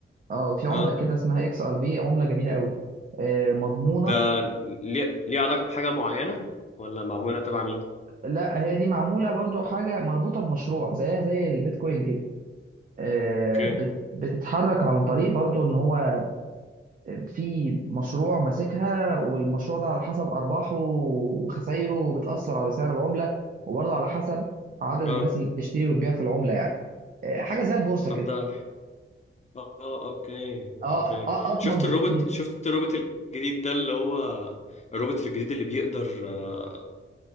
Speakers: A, on the right; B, on the left.
A: أه في عملة
B: اه
A: كده اسمها إكس آر بي عملة جميلة قوي آه، مضمونة
B: ده ليه ليه علاقة بحاجة معينة ولا معمولة تبع مين؟
A: لا هي دي معمولة برضو حاجة مربوطة بمشروع زيها زي البيتكوين كده آه،
B: اوكي
A: بت- بتتحرك عن طريق برضو ان هو في مشروع ماسكها والمشروع ده على حسب ارباحه وخسايره وبتاثر على سعر العمله وبرضو على حسب عدد
B: اه
A: الناس اللي بتشتري وتبيع في العمله يعني آه، حاجه زي البورصه
B: طب
A: كده
B: ده اه اوكي
A: اه
B: اوكي
A: آه، اضمن
B: شفت
A: بكتير
B: الروبوت شفت الروبوت الجديد ده اللي هو الروبوت الجديد اللي بيقدر آه،